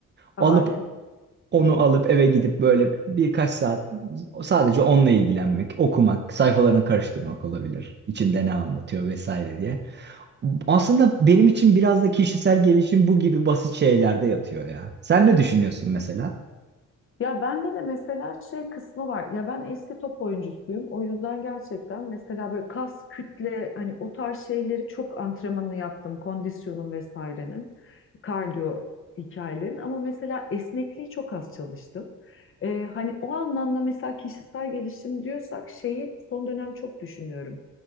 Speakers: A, on the left (about 45°); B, on the right (about 35°).
A: bahane.
B: Alıp onu alıp eve gidip böyle birkaç saat sadece onunla ilgilenmek, okumak, sayfalarını karıştırmak olabilir. İçinde ne anlatıyor vesaire diye. Aslında benim için biraz da kişisel gelişim bu gibi basit şeylerde yatıyor ya. Sen ne düşünüyorsun mesela?
A: Ya bende de mesela şey kısmı var. Ya ben eski top oyuncusuyum. O yüzden gerçekten mesela böyle kas, kütle hani o tarz şeyleri çok antrenmanını yaptım. Kondisyonun vesairenin, kardiyo hikayelerin. Ama mesela esnekliği çok az çalıştım. Ee, hani o anlamda mesela kişisel gelişim diyorsak şeyi son dönem çok düşünüyorum.